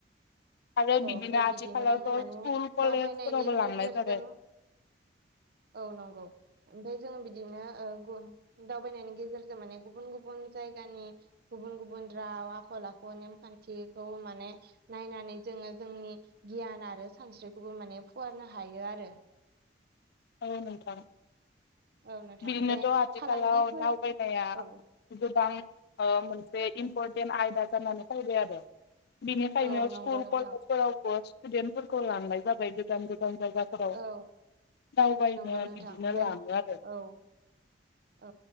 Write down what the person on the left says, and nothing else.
आरो
बिदिनो
आथिखालावथ'
स्कुल कलेजफोरावबो
लांनाय
जाबाय।
औ नोंथां।
बिदिनोथ'
आथिखालाव
दावबायनाया
गोबां मोनसे इम्परटेन्ट आयदा जानानै फैबाय आरो। बिनिखायनो
स्कुल
कलेजफोरावबो स्टुडेन्टफोरखौ लांनाय जाबाय गोदान- गोदान जायगा फोराव
दावबायनो
बिदिनो
लाङो आरो।